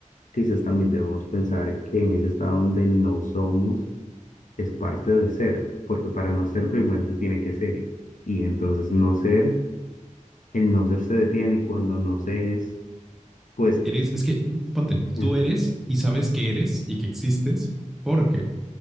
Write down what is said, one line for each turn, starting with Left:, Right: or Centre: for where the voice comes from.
Left: quizás también debemos pensar que en ese estado donde no somos, es parte de ser, porque para no ser primero se tiene que ser. Y entonces no ser, el no ser se detiene y cuando no se es, pues,
Centre: Eres, es que, ponte,
Left: <laughs>
Centre: tú eres y sabes que eres y que existes porque